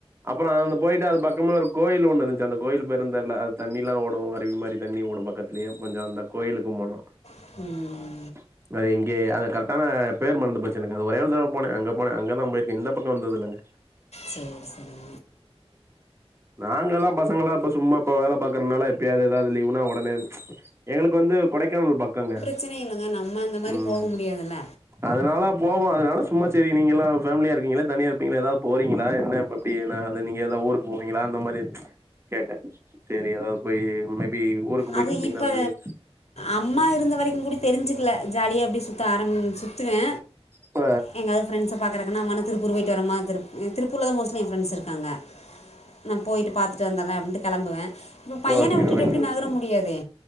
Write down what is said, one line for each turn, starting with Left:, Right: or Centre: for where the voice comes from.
Right: அப்பறோ அந்த போயிட்டு அது பக்கமா ஒரு கோயில் ஒண்ணு இருந்ச்சு அந்த கோயிலு பேரு தெர் ல அது தண்ணில்லா ஓடு அருவி மாரி தண்ணி ஓடு பக்கத்துலே கொஞ்சொ அந்த கோயிலுக்கு போனோ
Left: ம் ம்
Right: <inaudible> வேற எங்கே அது கரெக்டான பேரு மறந்து போச் எனக்கு அது ஒரே ஒரு தடவ போனே அங்க போனே அங்கதா போயிருக்கே இந்த பக்க வந்ததுல்லங்க
Left: சேர் செரி
Right: நாங்கலா பசங்கலா இப்ப சும்மாப்ப வேல பாக்றதுனால எப்பாயது ஏதாது லீவுனா ஒ டனே எங்களுக்கு வந்து கொடைக்கானல் பக்கங்க
Left: பிரச்சன என்னங்க நம்ம இந்த மாரி
Right: ம்
Left: போக முடியாதுல்ல
Right: அதனால போவோ அதனால சும்மா செரி நீங்கலா ஃபேமிலியாருக்கீங்ளே தனியா இருப்பீங்ளே ஏதாது போறீங்ளா என்ன எ ப்டி எனாது நீங்க எதா ஊருக்கு போவீங்ளா அந்த மாரி கேட்டே செரி எதாவது போயி மேபி ஊருக்கு போயிட்டு
Left: அது
Right: வந்தீங்கனா
Left: இப்போ
Right: அந்ததிது
Left: அம்மா இருந்த வரைக்குகூட தெரிஞ்சுக்கல ஜாலியா அப்டியே சுத்த ஆரம் சுத்துவே
Right: ப்ப
Left: எங்காது ஃப்ரண்ட்ஸ பாக்கறக்னா அம்மா நா திருப்பூரு போய்ட்டு வரம்மா திருப் திருப்பூர்லதா மோஸ்ட்லிஎ ஃப்ரெண்டஸ் இர்க்காங்க நா போயிட்டு பாத்துட்டு வந்தர்றே அப்டின்ட்டு கெளம்புவே இப்ப பையன
Right: ஓகே,
Left: விட்டுட்டு
Right: ஓகே,
Left: எப்டி
Right: ஓகே.
Left: நகர முடியாதே